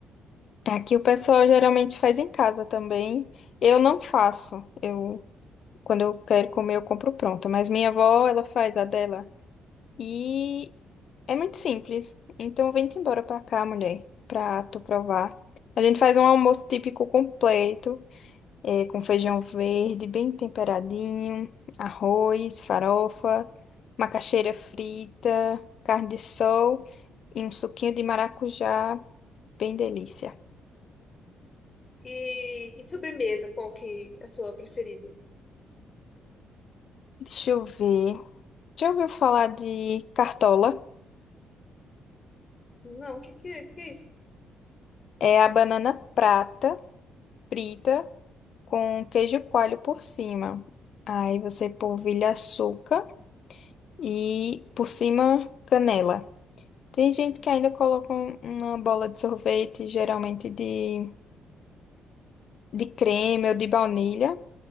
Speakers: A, on the left; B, on the left.
A: Aqui o pessoal geralmente faz em casa também. Eu não faço. Eu, quando eu quero comer, eu compro pronto. Mas minha avó, ela faz a dela. E é muito simples. Então vem-te embora pra cá, mulher, pra tu provar. A gente faz um almoço típico completo, eh, com feijão verde, bem temperadinho, arroz, farofa, macaxeira frita, carne de sol e um suquinho de maracujá, bem delícia.
B: E, e sobremesa, qual que é a sua preferida?
A: Deixa eu ver. Já ouviu falar de cartola?
B: Não, o que, que, é- que é isso?
A: É a banana prata, frita, com queijo coalho por cima. Aí você polvilha açúcar e por cima canela. Tem gente que ainda coloca um- uma bola de sorvete, geralmente de, de creme ou de baunilha.